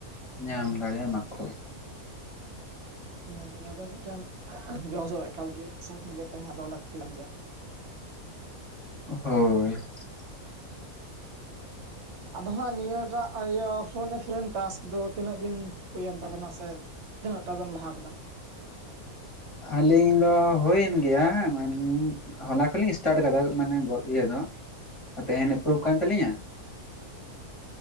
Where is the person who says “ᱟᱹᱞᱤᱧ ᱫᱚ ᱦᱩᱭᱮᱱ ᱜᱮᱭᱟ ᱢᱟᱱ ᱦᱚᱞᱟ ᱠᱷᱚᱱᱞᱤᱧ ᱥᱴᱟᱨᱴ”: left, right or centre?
Left